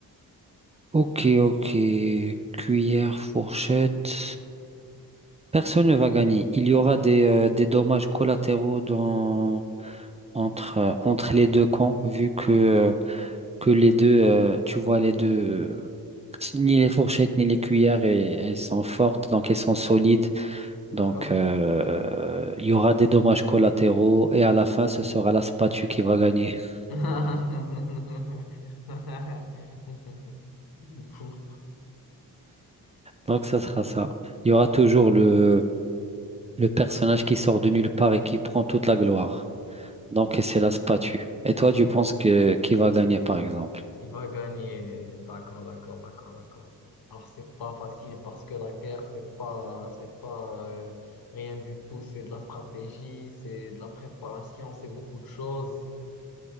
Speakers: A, on the right; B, on the left.
A: Ok, ok. Cuillère, fourchette. Personne ne va gagner. Il y aura des, euh, des dommages collatéraux dans, entre, euh, entre les deux camps, vu que, euh, que les deux, euh, tu vois, les deux, euh, ni les fourchettes ni les cuillères, et elles sont fortes, donc elles sont solides.
B: d'accord?
A: Donc, euh, il y aura des dommages collatéraux et à la fin, ce sera la spatule qui va gagner. <laughs>
B: <laughs> Pouf.
A: Donc, ça sera ça. Il y aura toujours le, le personnage qui sort de nulle part et qui prend toute la gloire. Donc, c'est la spatule. Et toi, tu
B: <laughs>
A: penses que qui va gagner, par exemple?
B: Qui va gagner? D'accord, d'accord, d'accord, d'accord. Alors, c'est pas facile parce que la guerre, c'est pas, c'est pas euh, rien du tout. C'est de la stratégie, c'est de la préparation, c'est beaucoup de choses.